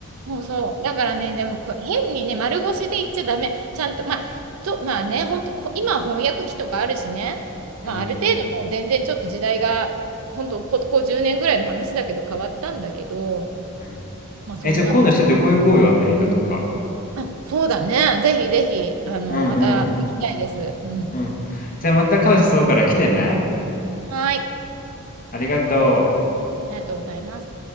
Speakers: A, on the right; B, on the left.
A: そうそう。だからね、でもこう変にね、丸腰で言っちゃダメ。ちゃんと、まあ、と、まあね、本当、ほ今は翻訳機とかあるしね、まあ、
B: うん。
A: ある程度もう全然ちょっと時代が、本当、ここ10年ぐらいの話だけど変わったんだけど、
B: うん
A: まあ、そんなこと。
B: え、じゃあ今度ちょっと旅行行こうよ、アメリカとか。
A: あ、そうだね。ぜひぜひ、あの、
B: うんうん。
A: また行きたいです。うん。
B: うん。じゃあまたカオスそうから来てね。
A: はい。
B: ありがとう。
A: ありがとうございます。